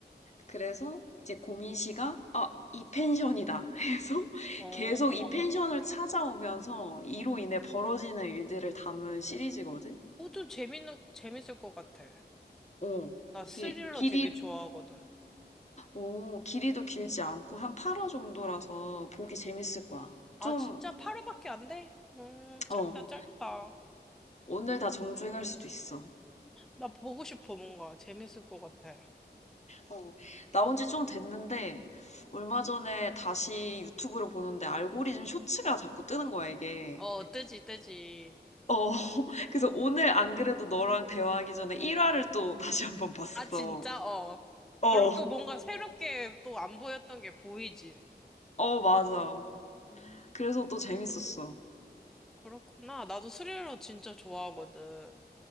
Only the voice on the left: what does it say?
그래서 이제 고민 씨가 아, 이 펜션이다 해서 <laughs>
계속 이 펜션을 찾아오면서 이로 인해 벌어지는 일들을 담은 시리즈거든.
어.
이 길이
오, 길이도 길지 않고 한 8화 정도라서 보기 재밌을 거야.
좀,
어,
오늘 다 정주행할 수도 있어.
어, 나온 지 좀 됐는데, 얼마 전에 다시 유튜브를 보는데 알고리즘 쇼츠가 자꾸 뜨는 거야, 이게.
어, <laughs> 그래서 오늘 안 그래도 너랑 대화하기 전에 1화를 또 다시 한번 봤어.
어,
어, 맞아.
그래서 또 재밌었어.